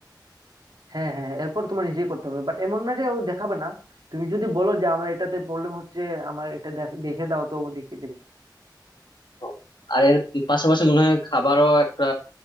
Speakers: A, on the right; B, on the left.
A: হ্যাঁ হ্যাঁ হ্যাঁ, এরপর তোমার নিজে করতে হবে বাট এমন না যে ও দেখাবে না তুমি যদি বলো যে আমার এটাতে প্রবলেম হচ্ছে আমার এটা দেখ- দেখে দাও তো ও দেখিয়ে দিবে
B: তো আর এর পাশাপাশি মনে হয় খাবারও একটা